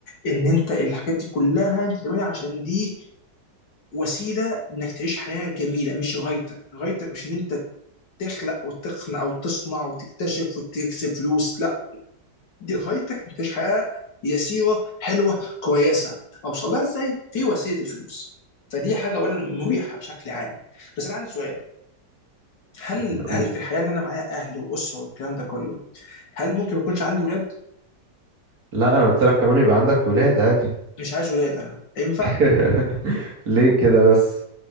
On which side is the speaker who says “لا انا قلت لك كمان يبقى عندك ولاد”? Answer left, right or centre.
Right